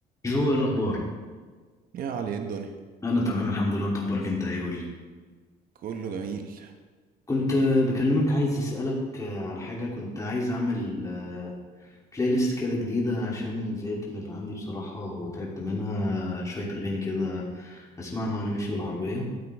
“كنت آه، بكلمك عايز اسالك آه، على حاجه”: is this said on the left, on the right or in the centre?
Left